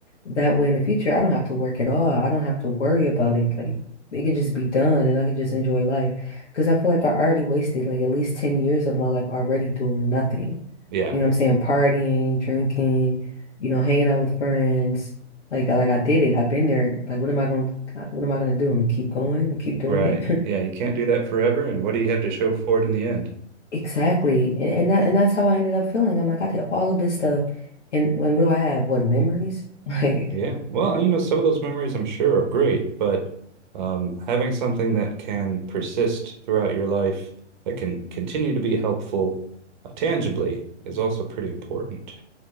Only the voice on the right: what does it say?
Yeah.
Right.
Yeah, you can't do that forever. And what do you have to show for it in the end?
Yeah. Well, you know, some of those memories I'm sure are great, but um, having something that can persist throughout your life, that can continue to be helpful uh, tangibly is also pretty important.